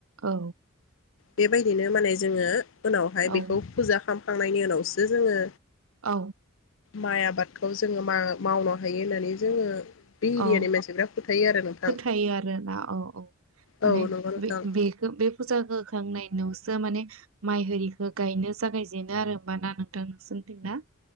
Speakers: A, on the right; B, on the left.
A: औ
B: बेबायदिनो माने जोङो उनावहाय
A: औ
B: बेखौ फुजा खालामखांनायनि उनावसो जोङो
A: औ।
B: माइ आबादखौ जोङो मावनो हायो होननानै जोङो। बे एरियानि
A: औ
B: मानसिफ्रा फोथायो आरो नोंथां
A: फोथायो आरोना औ औ। माने
B: औ नंगौ नोंथां
A: बे बेखौ बे फुजाखो। थांनाय नावसो माने माइ आरिखौ गायनो जागायजेनो आरो हमबाना नों। थां नोसोनिथिं ना।